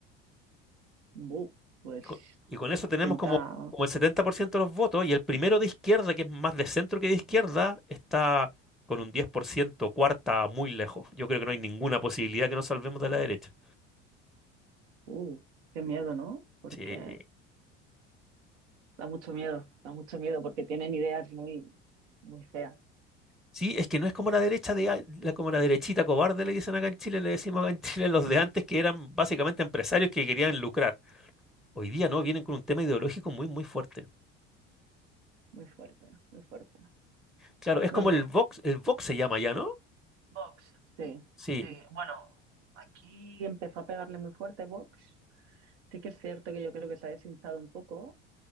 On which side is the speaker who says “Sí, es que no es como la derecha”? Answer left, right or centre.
Centre